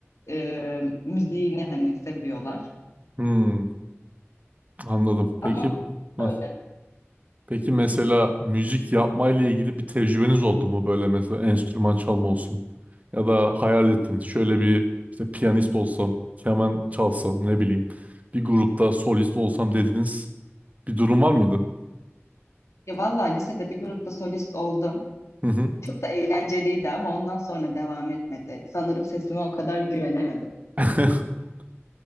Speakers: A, on the left; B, on the right.
A: e, müziğini hani seviyorlar.
B: Hmm. Anladım. Peki
A: Ama
B: hı.
A: öyle.
B: Peki mesela müzik yapmayla ilgili bir tecrübeniz oldu mu böyle mesela enstrüman çalma olsun ya da hayal ettiniz şöyle bir işte piyanist olsam, keman çalsam ne bileyim bir grupta solist olsam dediğiniz bir durum var mıydı?
A: Ya vallahi lisede bir grupta solist oldum.
B: Hı hı.
A: Çok da eğlenceliydi ama ondan sonra devam etmedi. Sanırım sesime o kadar güvenemedim.
B: <laughs>